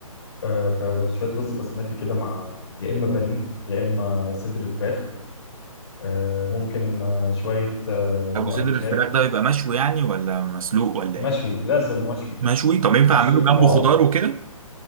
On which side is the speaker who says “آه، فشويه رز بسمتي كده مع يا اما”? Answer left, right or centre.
Left